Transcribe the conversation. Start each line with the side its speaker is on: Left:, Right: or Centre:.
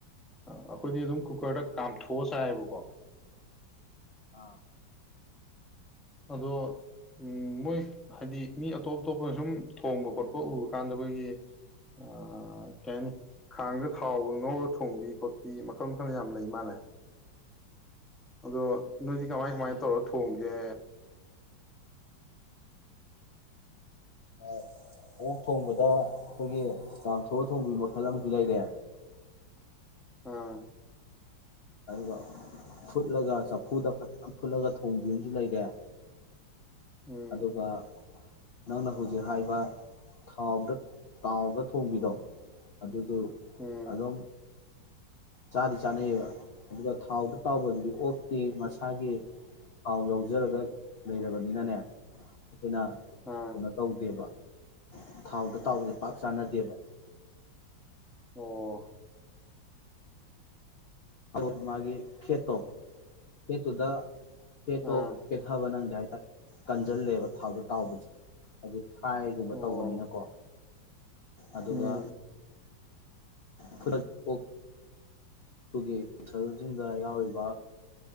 Centre: ꯑꯩꯈꯣꯏꯗꯤ ꯑꯗꯨꯝ ꯀꯨꯀꯔꯗ ꯀꯥꯝꯊꯣꯛꯑ ꯆꯥꯏꯌꯦꯕꯀꯣ
Left: ꯑꯥ
Centre: ꯑꯗꯣ ꯎꯝ ꯃꯣꯏ꯫ ꯍꯥꯏꯗꯤ ꯃꯤ ꯑꯇꯣꯞ ꯑꯇꯣꯞꯄꯅ ꯁꯨꯝ ꯊꯣꯡꯕ ꯈꯣꯠ <unintelligible> ꯎꯔꯀꯥꯟꯗ ꯑꯩꯈꯣꯏꯒꯤ ꯑꯥ ꯀꯩ ꯍꯥꯏꯅꯤ ꯈꯥꯡꯗ ꯊꯥꯎꯒ ꯉꯧꯔ ꯊꯣꯡꯕꯤ ꯈꯣꯠꯄꯤ ꯃꯈꯜ ꯃꯈꯜ ꯌꯥꯝ ꯂꯩ ꯃꯥꯜꯂꯦ ꯑꯗꯣ꯫ ꯅꯣꯏꯗꯤ ꯀꯃꯥꯏ
Left: ꯂꯩꯕꯅꯦ
Centre: ꯀꯃꯥꯏ ꯇꯧꯔ ꯊꯣꯡꯒꯦ꯫
Left: ꯑꯥ ꯑꯣꯛ ꯊꯣꯡꯕꯗ ꯑꯩꯈꯣꯏꯒꯤ ꯆꯥꯝꯊꯣꯛꯑ ꯊꯣꯡꯕꯒꯤ ꯃꯈꯜ ꯑꯃꯁꯨ ꯂꯩꯔꯦ꯫
Centre: ꯑꯥ
Left: ꯑꯗꯨꯒ ꯐꯨꯠꯂꯒ ꯆꯐꯨꯗ ꯐꯖꯅ ꯐꯨꯠꯂꯒ ꯊꯣꯡꯕꯤ ꯑꯃꯁꯨ ꯂꯩꯔꯦ꯫
Centre: ꯎꯝ
Left: ꯑꯗꯨꯒ꯫ ꯅꯪꯅ ꯍꯧꯖꯤꯛ ꯍꯥꯏꯕ ꯊꯥꯎꯗ ꯇꯥꯎꯒ ꯊꯣꯡꯕꯤꯗꯣ ꯑꯗꯨ꯫ ꯑꯗꯨ
Centre: ꯎꯝ
Left: ꯑꯗꯨꯝ꫰ ꯆꯥꯗꯤ ꯆꯥꯅꯩꯌꯦꯕ ꯑꯗꯨꯒ ꯊꯥꯎꯗ ꯇꯥꯎꯕꯗꯨꯗꯤ ꯑꯣꯛꯇꯤ ꯃꯁꯥꯒꯤ ꯊꯥꯎ ꯌꯥꯎꯖꯩ꯫ ꯌꯥꯎꯖꯔꯒ ꯂꯩꯔꯕꯅꯤꯅꯅꯦ ꯑꯩꯈꯣꯏꯅ
Centre: ꯑꯥ
Left: ꯀꯩꯅꯣ ꯇꯧꯗꯦꯕ ꯊꯥꯎꯗ ꯇꯥꯎꯕꯁꯦ ꯄꯥꯛ ꯆꯥꯅꯗꯦꯕ꯫
Centre: ꯑꯣ꯫
Left: ꯑꯗꯨ ꯃꯥꯒꯤ ꯐꯦꯠꯇꯣ ꯐꯦꯠꯇꯨꯗ꯫ ꯐꯦꯠꯇꯣ
Centre: ꯑꯥ
Left: ꯄꯦꯠꯊꯕ ꯅꯪꯗꯦ ꯍꯥꯏ ꯀꯟꯖꯜꯂꯦꯕ ꯊꯥꯎꯗ ꯇꯥꯎꯕꯁꯦ ꯍꯥꯏꯗꯤ꯫ ꯊꯥꯏꯒꯨꯝꯕ
Centre: ꯑꯣ
Left: ꯇꯧꯕꯅꯤꯅꯀꯣ꯫ ꯑꯗꯨꯒ꯫
Centre: ꯎꯝ
Left: ꯈꯨꯗꯛ ꯛꯣ ꯑꯗꯨꯒꯤ <unintelligible> ꯌꯥꯎꯔꯤꯕ